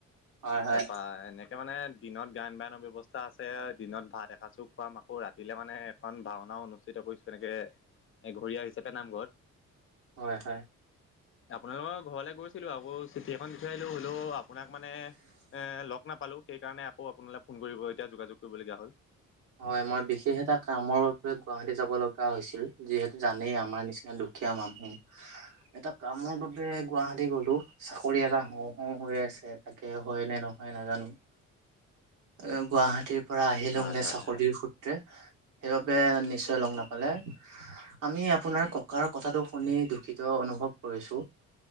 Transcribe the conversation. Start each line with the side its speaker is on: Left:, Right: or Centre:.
Right: হয় হয়
Left: তাৰপা, এনে এতিয়া মানে, দিনত গায়ন, বায়নৰ ব্যৱস্থা আছে। দিনত ভাত এসাজোঁ খুৱাম। আকৌ, ৰাতিলে মানে, এখন ভাওনা অনুষ্ঠিত কৰিছোঁ। এনেকে, এঘৰীয়া হিচাপে নামঘৰত
Right: হয় হয়
Left: আপোনালোকৰ ঘৰলৈ গৈছিলোঁ। আকৌ, চিঠি এখন বিচাৰিলোঁ। হ'লেও আপোনাক মানে, এ, লগ নাপালোঁ। সেই কাৰণে, আকৌ আপোনালে ফোন কৰিব, এতিয়া যোগাযোগ কৰিবলগীয়া হ'ল।
Right: হয়! মই বিশেষ এটা কামৰ বাবে গুৱাহাটী যাব লগা <unintelligible> হৈছিল। যিহেতু, জানেই আমাৰ নিচিনা দুখীয়া মানুহ এটা কামৰ বাবে গুৱাহাটী গলোঁ। চাকৰি এটা হওঁ হওঁ হৈ আছে। তাকে, হয় নে ন মই নাজানোঁ।
Left: <unintelligible>
Right: এ গুৱাহাটীৰ পৰা আহিলুং
Left: হয়
Right: এ
Left: হয়
Right: চাকৰিৰ সূত্ৰে। সেইবাবে নিশ্চয় লগ নাপালে। আমি আপোনাৰ ককাৰ কথাটো শুনি দুূখিত অনুভৱ কৰিছোঁ।